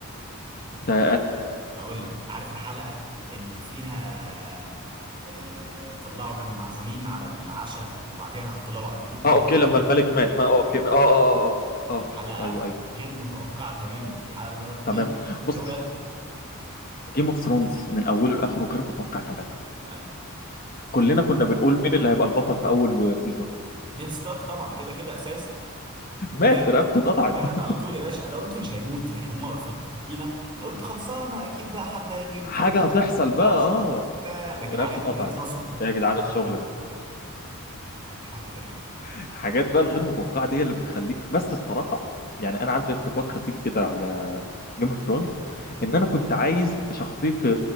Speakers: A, on the left; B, on the right.
A: ده انهي
B: هقول لك عارف الحلقه اللي فيها آه طلعوا كانوا معزومين على العشاء وبعديها راحوا طلعوا قتلوهم كلهم
A: اه اوكي لما الملك مات ما اه اوكي ما- اه اه اه اه
B: دي حلقه
A: اه ايوه ايوه
B: غير متوقعه تماما دي حلقه اللي هو
A: تمام
B: ايه
A: بص
B: هو ده؟
A: جيم اوف ثرونز من اوله لاخره غير متوقع تماما
B: ايوه
A: كلنا
B: كل
A: كنا بنقول مين اللي هيبقى البطل في اول سيزون
B: نيد ستارك طبعا كده كده اساسي
A: مات
B: مات
A: رقبته اتقطعت
B: مات
A: <laughs>
B: على طول يا باشا انا قلت مش هيموت يعني هم رافعين السكينه انا قلت خلصانه اكيد بقى حد هيجي ينقذه
A: حاجه هتحصل بقى
B: اه
A: اه
B: بتاع لكن
A: رقبته
B: عادي
A: اتقطعت
B: لقيت راسه بتتدحرج
A: إيه يا جدعان الشغل
B: كده
A: ده
B: حاجه غريبه جدا
A: الحاجات بقى الغير متوقعه دي هي اللي بتخليك بس الصراحه يعني انا عندي انتقاد خفيف كده على جيم اوف ثرونز ان انا كنت عايز شخصيه